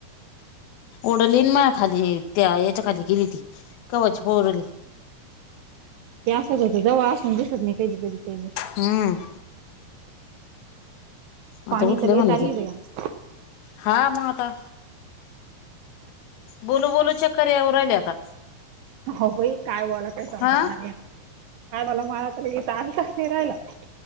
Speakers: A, on the left; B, on the right.
A: ओडली म खाली त्या याच्या खाली गेली ती कवच पोरल
B: ते असत होतं जवळ असून दिसत नाही कधी कधी काही गोष्टी.
A: हम्.
B: पाणी
A: आता उठलेय
B: तर लय
A: म्हणलं
B: चालू
A: ते
B: आहे बाई
A: हा मग आता बोलू बोलू चक्कर येऊ राहिले आता.
B: हो बाई काय बोलायचं समजत
A: हा
B: नाही नाही बोलू <unintelligible>